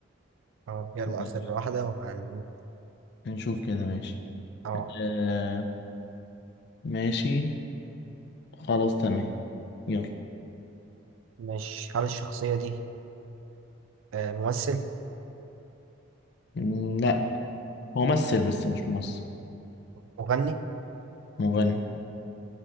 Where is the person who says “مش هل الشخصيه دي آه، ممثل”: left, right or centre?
Right